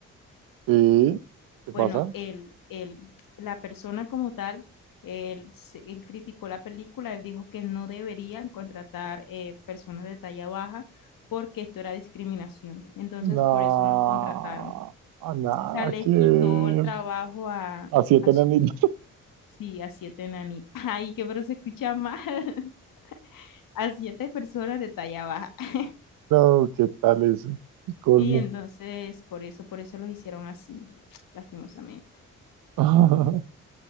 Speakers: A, on the right; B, on the left.
A: Sí, ¿qué pasa?
B: Bueno, el el la persona como tal, el se- él criticó la película, él dijo que no deberían contratar eh, personas de talla baja porque esto era discriminación. Entonces,
A: No,
B: por eso no contrataron. O
A: nada
B: sea, les
A: que
B: quitó
A: ver.
B: el trabajo a,
A: A siete
B: a
A: enanitos.
B: sus, sí, a siete enanitos. <laughs> Ay, qué pero se escucha mal. <laughs> A siete personas de talla baja. <laughs>
A: No, ¿qué tal eso? El colmo.
B: Y entonces, por eso, por eso los hicieron así, <tsk> lastimosamente.
A: <laughs>